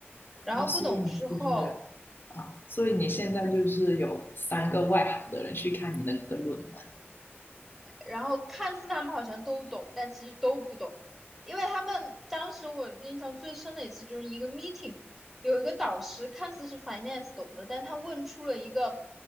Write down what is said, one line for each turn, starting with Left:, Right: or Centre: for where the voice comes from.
Centre: 然后不懂之后，
Left: 啊，所以你就是啊，所以你现在就是有三个外行的人去看你那个论文
Centre: 然后看似他们好像都懂，但其实都不懂，因为他们当时我印象最深的一次就是一个 meeting，有一个导师看似是 finance 懂的，但他问出了一个